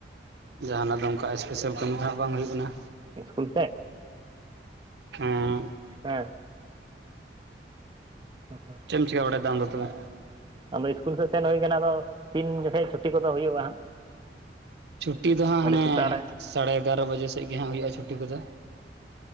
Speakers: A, on the right; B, on the right.
A: ᱡᱟᱦᱟᱸᱱᱟᱜ ᱫᱚ ᱚᱝᱠᱟ ᱮᱥᱯᱮᱥᱟᱞ ᱠᱟᱹᱢᱤ ᱫᱚ ᱦᱟᱸᱜ ᱵᱟᱝ ᱦᱩᱭᱩᱜ ᱠᱟᱱᱟ।
B: ᱤᱥᱠᱩᱞ ᱥᱮᱫ
A: ᱚᱸ᱾
B: ᱦᱮᱸ᱾ ᱦ <unintelligible>
A: ᱪᱮᱜᱼᱮᱢ ᱪᱤᱠᱟ ᱵᱟᱲᱟᱭᱫᱟᱢ ᱟᱢᱫᱚ ᱛᱚᱵᱮ?
B: ᱟᱫᱚ ᱤᱥᱠᱩᱞ ᱥᱮᱫ ᱥᱮᱱ ᱦᱩᱭ ᱠᱟᱱᱟ ᱟᱫᱚ ᱛᱤᱱ ᱡᱚᱠᱷᱮᱡ ᱪᱷᱩᱴᱤ ᱠᱚᱫᱚ ᱦᱩᱭᱩᱜᱼᱟ ᱦᱟᱸᱜ?
A: ᱪᱷᱩᱴᱤ ᱫᱚ ᱦᱟᱸᱜ ᱦᱟᱱᱮ
B: ᱥᱮᱛᱟᱜ ᱨᱮ
A: ᱥᱟᱲᱮ ᱮᱜᱟᱨᱚ ᱵᱟᱡᱮ ᱥᱮᱫ ᱜᱮ ᱦᱟᱸᱜ ᱦᱩᱭᱩᱜᱼᱟ ᱪᱷᱩᱴᱤ ᱠᱚᱫᱚ᱾